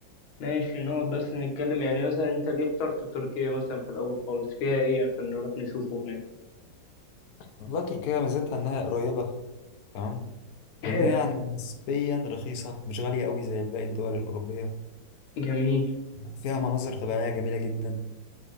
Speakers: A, on the left; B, on the left.
A: ماشي نقعد بس نتكلم يعني مثلا انت ليه اخترت تركيا مثلا في الاول خالص فيها ايه يعني عشان نروح نشوفه هناك
B: والله تركيا ميزتها انها قريبة تمام وان
A: حلو
B: هي يعني نسبيا رخيصة مش غالية قوي زي باقي الدول الأوروبية
A: جميل
B: فيها مناظر طبيعية جميلة جدا